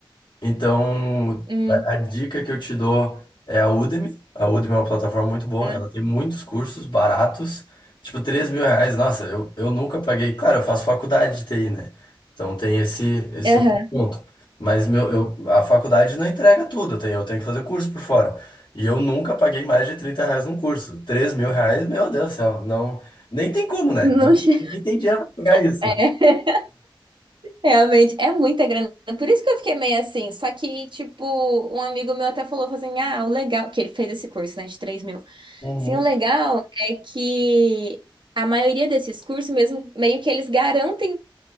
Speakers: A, on the left; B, on the right.
A: Então,
B: hum,
A: a a dica que eu te dou é a Udemy. A Udemy é uma plataforma muito boa,
B: aham.
A: ela tem muitos cursos baratos, tipo três mil reais. Nossa, eu, eu nunca paguei. Claro, eu faço faculdade de TI, né? Então tem esse, esse
B: Aham.
A: outro ponto. Mas meu, eu, a faculdade não entrega tudo, eu tenho, eu tenho que fazer curso por fora. E eu nunca paguei mais de 30 reais num curso. três mil reais, meu Deus do céu, não, nem tem como, né?
B: Não che-
A: Nem tem dinheiro pra pagar isso.
B: <laughs> É. Realmente, é muita grana. Por isso que eu fiquei meio assim. Só que, tipo, um amigo meu até falou, falou assim: ah, o legal, que ele fez esse curso, né, de 3 mil.
A: Uhum.
B: Sim, o legal é que a maioria desses cursos, mesmo, meio que eles garantem